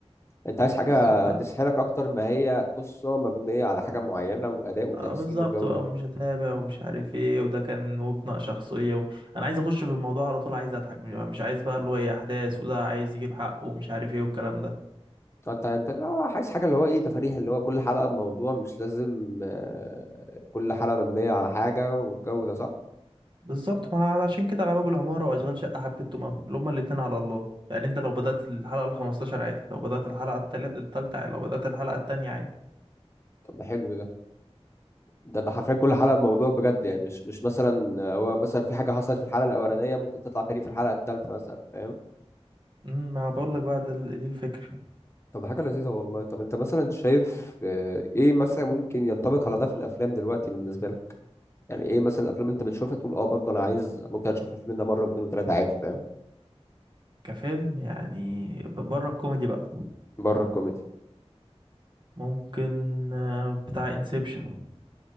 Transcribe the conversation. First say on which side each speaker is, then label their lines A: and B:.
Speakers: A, on the left; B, on the right.
A: انت عايز حاجة
B: بس ف
A: تسحلك اكتر ما هي قصة مبنية على حاجة معينة واداء وتمثيل
B: آه بالظبط
A: والجو
B: بقى ومش هتابع ومش عارف ايه وده كان وبناء شخصيه و... انا عايز اخش في الموضوع على طول عايز اضحك مش مش عايز بقى اللي هو ايه احداث وده عايز يجيب حقه ومش عارف ايه والكلام ده
A: انت انت اللي هو عايز حاجه اللي هو ايه تفاريح اللي هو كل حلقه بموضوع مش لازم آه، كل حلقه مبنيه على حاجه والجو ده صح
B: بالظبط ما عشان كده على باب العمارة وأشغال شقة حبيتهم أوي اللي هما الاتنين على الله يعني أنت لو بدأت الحلقة الخمستاشر عادي لو بدأت الحلقة التالت التالتة عادي لو بدأت الحلقة التانية عادي
A: طب ده حلو ده ده ده حرفيا كل حلقه بموضوع بجد يعني مش مش مثلا آه، هو مثلا في حاجه حصلت في الحلقه الاولانيه ممكن تطلع تاني في الحلقه الثالثه مثلا فاهم
B: أمم، ما بقولك بقى ده ال- دي الفكرة
A: طب ده حاجه لذيذه والله طب انت مثلا شايف آه، ايه مثلا ممكن ينطبق على ده في الافلام دلوقتي بالنسبه لك يعني ايه مثلا الافلام انت بتشوفها تقول اه برضه انا عايز ممكن اشوف الفيلم ده مره واثنين وثلاثه عادي فاهم
B: كفيلم يعني ب- بره الكوميدي بقى
A: بره الكوميدي
B: ممكن آه، بتاع انسبشن